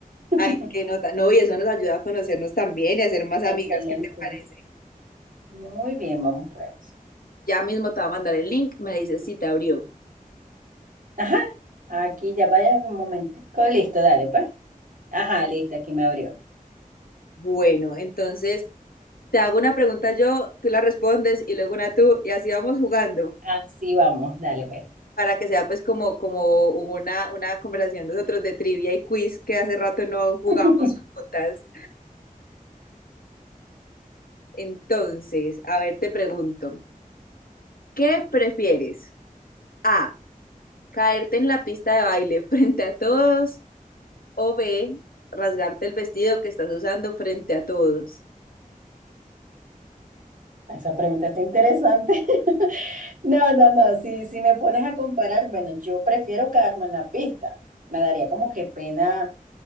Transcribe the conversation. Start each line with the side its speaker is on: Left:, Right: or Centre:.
Right: <laughs>
Left: Ay, qué nota. No, y eso nos ayuda a conocernos también y a ser más amigas.
Right: Excelente.
Left: ¿Qué te parece?
Right: Muy bien, vamos pues.
Left: Ya mismo te va a mandar el link, me dices si te abrió.
Right: Ajá, aquí ya vaya un momentico, listo, dale pues. Ajá, listo, aquí me abrió.
Left: Bueno, entonces te hago una pregunta yo, tú la respondes y luego una tú y así vamos jugando
Right: Así vamos, dale pues.
Left: para que sea pues como, como una, una conversación de nosotros de trivia y quiz que hace rato no jugamos
Right: <laughs>
Left: juntas. Entonces, a ver, te pregunto, ¿qué prefieres? A, caerte en la pista de baile frente a todos o B, rasgarte el vestido que estás usando frente a todos
Right: Esa pregunta está interesante. <laughs> No, no, no, si, si me pones a comparar, bueno, yo prefiero quedarme en la pista. Me daría como que pena